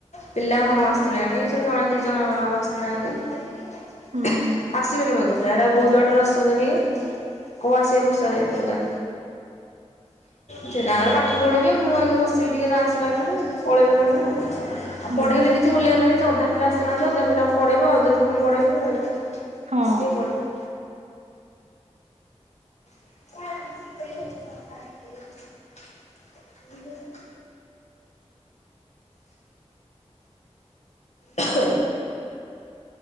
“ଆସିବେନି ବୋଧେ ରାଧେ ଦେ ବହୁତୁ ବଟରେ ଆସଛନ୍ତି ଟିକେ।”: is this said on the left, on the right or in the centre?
Left